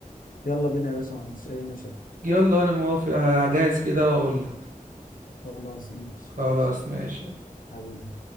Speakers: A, on the left (about 70°); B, on the right (about 70°).
A: يلا بينا يا باشا ما عنديش أي مشاكل
B: يلا وأنا موافق هجهز كده وأقول لك
A: خلاص ماشي
B: خلاص
A: ماشي
B: ماشي
A: حبيبي